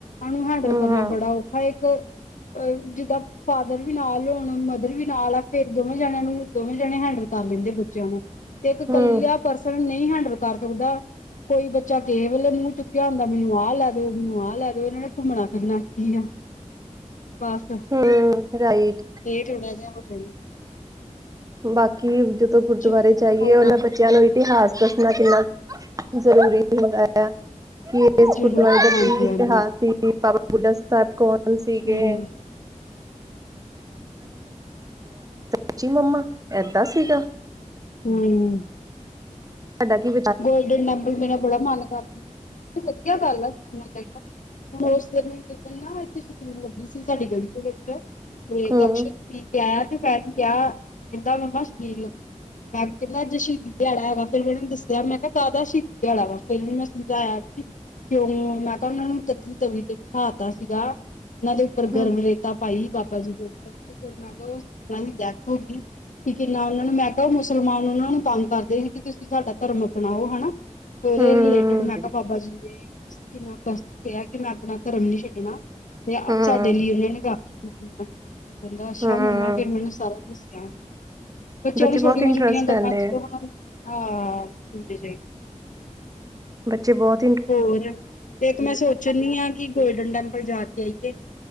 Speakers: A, on the left; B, on the right.
A: ਓਨੂੰ ਹੈਂਡਲ
B: ਹਮ
A: ਕਰਨਾ ਬੜਾ ਔਖਾ ਇੱਕ ਅ ਜਿੱਦਾ ਫਾਦਰ ਵੀ ਨਾਲ ਹੋਣ ਮਦਰ ਵੀ ਨਾਲ ਆ ਫੇਰ ਦੋਵੇਂ ਜਣਿਆਂ ਨੂੰ ਦੋਵੇਂ ਜਣੇ ਹੈਂਡਲ ਕਰ ਲੈਂਦੇ ਬੱਚਿਆਂ ਨੂੰ। ਤੇ ਇੱਕ ਇਕੱਲਾ
B: ਹਮ
A: ਪਰਸਨ ਨਈ ਹੈਂਡਲ ਕਰ ਸਕਦਾ ਕੋਈ ਬੱਚਾ ਕੇ ਪੇਲੇ ਮੂਹ ਚੁੱਕਿਆ ਹੁੰਦਾ ਮੈਨੂੰ ਆਹ ਲੈ ਦੋ ਮੈਨੂੰ ਆਹ ਲੈ ਦੋ ਇਹਨਾਂ ਨੇ ਘੁੰਮਣਾ-ਫਿਰਨਾ ਕੀ ਆ। ਬਸ।
B: ਹੂੰ ਰਾਈਟ।
A: ਤੇ ਥੋੜਾ ਜਾ ਹੋ ਜਨ।
B: ਬਾਕੀ ਜਦੋਂ ਗੁਰਦੁਆਰੇ
A: ਚਲੋ
B: ਜਾਈਏ ਓਨਾ
A: ਹੋਰ
B: ਬੱਚਿਆਂ ਨੂੰ ਵੀ ਇਤਿਹਾਸ ਦੱਸਨਾ ਕਿੰਨਾ ਜ਼ਰੂਰੀ ਹੁੰਦਾ ਆ। ਕੀ ਇਸ
A: ਜ਼ਰੂਰ
B: ਗੁਰਦੁਆਰੇ ਦਾ ਕੀ
A: ਹਾਂਜੀ
B: ਇਤਿਹਾਸ
A: ਹਾਂਜੀ
B: ਸੀ। ਬਾਬਾ ਬੁੱਢਾ ਸਾਬ ਕੌਣ ਸੀਗੇ।
A: ਹਮ
B: ਸਚੀ ਮੰਮਾ ਏਦਾਂ ਸੀਗਾ?
A: ਹਮ
B: ਤੁਹਾਡਾ ਕਿ?
A: ਗੋਲਡਨ ਟੈਂਪਲ ਮੇਰਾ ਬੜਾ ਮਨ ਕਰਦਾ। ਨਈ ਵੱਧੀਆ ਗੱਲ ਆ ਦੱਸਣਾ ਚਾਈਦਾ, ਓਸ ਦਿਨ ਜਿੱਦਣ ਨਾ ਸ਼ਬੀਲ ਲੱਗੀ ਸੀ ਸਾਡੀ ਗਲੀ ਦੇ ਵਿੱਚ ਮੈ
B: ਹੂੰ
A: ਓਨੂੰ ਕਿਹਾ, ਕੈਂਦਾ ਮੱਮਾ ਸ਼ਬੀਲ ਲੱਗੀ, ਨਾਲੇ ਕੈਂਦਾ ਅੱਜ ਸ਼ਹੀਦੀ ਦਿਹਾੜਾ ਹੈਗਾ ਫੇਰ ਮੈਨੂੰ ਦ ਮੈਂ ਕਿਹਾ ਕਾਦਾ ਸ਼ਹੀਦੀ ਦਿਹਾੜਾ ਵਾ, ਫੇਰ ਮੈਂ ਓਨੂੰ ਸਮਝਾਇਆ ਕੀ ਕਿਉਂ ਮੈਂ ਕੇਆ ਓਨਾਂ ਨੂੰ ਤੱਤੀ ਤਵੀ ਤੇ ਬਿਠਾ ਦਿੱਤਾ ਸੀਗਾ, ਓਹਨਾਂ ਦੇ ਉੱਪਰ
B: ਹੂੰ
A: ਗਰਮ ਰੇ ਰੇਤਾ ਪਾਈ ਸੀ ਬਾਬਾ ਜੀ ਦੇ ਉੱਪਰ ਤੇ ਫੇਰ ਮੈਂ ਕੇਆ ਓਨਾਂ ਦੀ ਡੈਥ ਹੋ ਗਈ। ਕਿ ਕਿੰਨਾ ਓਨਾਂ ਨੂੰ ਮੈਂ ਕੇਆ ਮੁਸਲਮਾਨ ਓਨਾਂ ਨੂੰ ਤੰਗ ਕਰਦੇ ਸੀ ਕਿ ਤੁਸੀਂ ਸਾਡਾ ਧਰਮ ਅਪਣਾਓ ਹਨਾ, ਤੇ ਓਦੇ
B: ਹੂੰ
A: ਰਿਲੇਟਿਡ ਮੈਂ ਕੇਆ ਬਾਬਾ ਜੀ ਨੇ ਕਿੰਨਾ ਕਸ਼ਟ ਸੇਆ, ਕਿ ਮੈਂ ਆਪਣਾ ਧਰਮ ਨੀ ਛੱਡਣਾ। ਤੇ
B: ਹੂੰ
A: ਸਾਡੇ ਲਈ ਓਨਾਂ ਨੇ ਰਾਖੀ ਕੀਤੀ ਆ, ਕੇਂਦਾ ਅੱਛਾ
B: ਹੂੰ
A: ਮੰਮਾ ਫੇਰ ਮੈਨੂੰ ਸਾਰਾ ਦੱਸੇਆ, ਬੱਚੇਆਂ
B: ਬੱਚੇ
A: ਨੂੰ ਛੋਟੀਆਂ-
B: ਬਹੁਤ ਇੰਟਰਸਟ
A: ਛੋਟੀਆਂ ਗੱਲਾਂ
B: ਲੈਂਦੇ
A: ਕਰੋਣ
B: ਆ
A: ਨੂੰ ਆ--ਠੀਕ ਜੇ।
B: ਬੱਚੇ ਬੋਤ
A: ਹੋਰ, ਤੇ ਇੱਕ ਮੈਂ ਸੋਚਣ ਦੀ ਆ ਕਿ ਗੋਲਡਨ ਟੈਂਪਲ ਜਾ ਕੇ ਆਈਏ